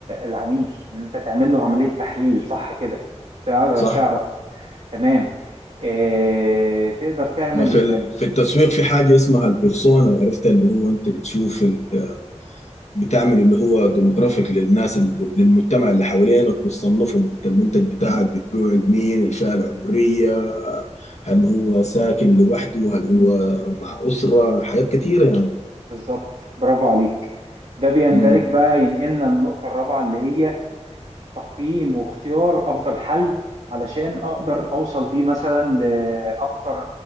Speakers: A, on the right; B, on the left.
A: العميل ان انت تعمل له عملية تحليل صح كده تقدر
B: صح
A: تعرف تمام اه... تقدر تعمل
B: ما في ال- في التسويق في حاجة اسمها البيرسونا عرفت اللي هو انت بتشوف ال- بتعمل اللي هو ديموغرافيك للناس ال- للمجتمع اللي حوالينك بتصنفهم انت المنتج بتاعك بتبيعه لمين الفئة العمرية هل هو ساكن لوحده هل هو مع أسرة حاجات كتيرة يعني
A: بالظبط برافو عليك ده بيندرج
B: امم
A: بقى ينقلنا النقطة الرابعة اللي هي تقييم واختيار افضل حل علشان اقدر اوصل بيه مثلا لاكتر